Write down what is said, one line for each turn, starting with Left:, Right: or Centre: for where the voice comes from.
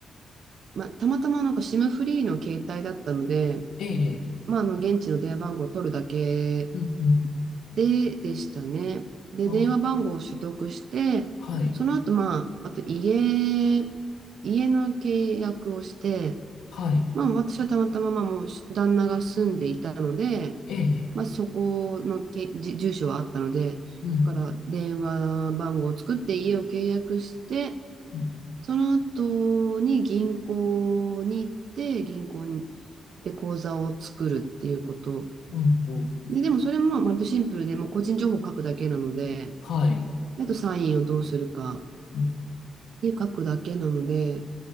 Right: まあ、たまたまなんか SIM フリーの携帯だったので、
Left: ええ、ええ、
Right: まあ、あの現地の電話番号を取るだけ
Left: うん、うん、
Right: で、でしたね。で、
Left: あ
Right: 電話番号を取得して、
Left: あ、はい、
Right: その後、まあ、あと家、家の契約をして、
Left: はい、
Right: まあ、私はたまたま、まあ、もう旦那が住んでいたので、
Left: ええ、
Right: まあ、
Left: ええ
Right: そこのけ、じ住所はあったので、
Left: うん、
Right: だから電話番号を作って家を契約して、
Left: うん、
Right: その後に銀行に行って、銀行にで口座を作るっていうこと。
Left: うん、お
Right: で、でもそれもまあ割とシンプルで、もう個人情報を書くだけなので、
Left: はい、
Right: あとサインをどうするかっ
Left: うん、
Right: ていう書くだけなので、